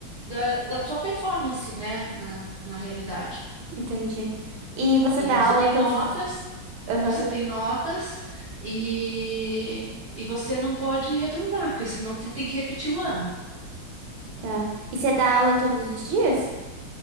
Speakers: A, on the right (about 50°); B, on the right (about 85°).
A: da, da sua performance, né, na, na realidade.
B: entendi. E você
A: E
B: dá
A: aí você
B: aula
A: tem
B: todos
A: notas,
B: os... Aham,
A: você tem notas e, e você não pode reprovar, porque senão você tem que repetir o ano.
B: tá. E você dá aula todos os dias?